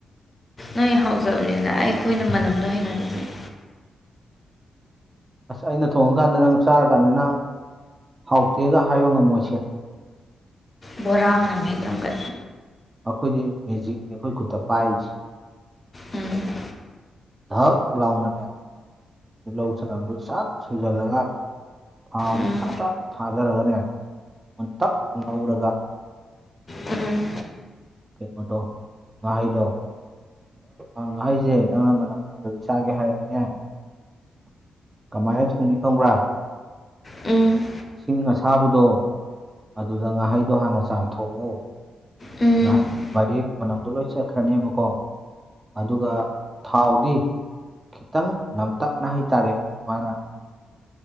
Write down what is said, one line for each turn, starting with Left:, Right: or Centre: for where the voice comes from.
Left: ꯅꯣꯏ ꯍꯥꯎꯖꯕꯅꯤꯅ ꯑꯩꯈꯣꯏꯅ ꯃꯅꯝꯗꯣ ꯍꯩꯅꯗꯕꯅꯤ
Right: ꯑꯁ ꯑꯩꯅ ꯊꯣꯡꯉꯀꯥꯟꯗ ꯅꯪ ꯆꯥꯔꯀꯥꯟꯗ ꯅꯪ ꯍꯥꯎꯇꯦꯒ ꯍꯥꯏꯕ ꯉꯝꯃꯣꯏꯁꯦ
Left: ꯕꯣꯔꯥꯃꯅꯃꯦꯒꯒ
Right: ꯑꯩꯈꯣꯏꯗꯤ ꯃꯦꯖꯤꯛꯅꯤ ꯑꯩꯈꯣꯏ ꯈꯨꯠꯇ ꯄꯥꯏꯔꯤꯁꯤꯦ
Left: ꯎꯝ
Right: ꯙꯛ ꯂꯒꯥꯎꯅꯅꯦ ꯂꯧ ꯁꯅꯝꯗꯨꯣ ꯆꯠ ꯁꯨꯖꯜꯂꯒ ꯊꯥꯎꯗꯨ
Left: ꯎꯝ
Right: ꯁꯠ ꯁꯠ ꯊꯥꯖꯔꯒꯅꯦ ꯃꯨꯟꯇꯛ ꯂꯧꯔꯒ
Left: ꯎꯝ
Right: ꯀꯩꯅꯣꯗꯣ ꯉꯥꯍꯩꯗꯣ ꯑꯗꯣꯍꯩꯁꯦ ꯅꯪ ꯑꯃꯝꯕ ꯅꯪꯉꯝꯗꯒꯤ ꯆꯥꯒꯦ ꯍꯥꯏꯔꯗꯤꯅꯦ ꯀꯃꯥꯏꯅ ꯊꯣꯡꯅꯤ ꯈꯪꯕ꯭ꯔꯥ
Left: ꯎꯝ
Right: ꯁꯤꯡ ꯑꯁꯥꯕꯗꯣ ꯑꯗꯨꯗ ꯉꯥꯍꯩꯗꯣ ꯍꯥꯟꯅ ꯆꯥꯝꯊꯣꯛꯛꯑꯣ
Left: ꯎꯝ
Right: ꯉꯥꯏꯍ ꯔꯦꯛ ꯃꯅꯝꯗꯣ ꯂꯣꯏ ꯆꯠꯈ꯭ꯔꯅꯦꯕꯀꯣ ꯑꯗꯨꯒ ꯊꯥꯎꯗꯤ ꯈꯤꯇꯪ ꯅꯝꯇꯛꯅ ꯍꯥꯏꯇꯥꯔꯦ ꯃꯥꯅ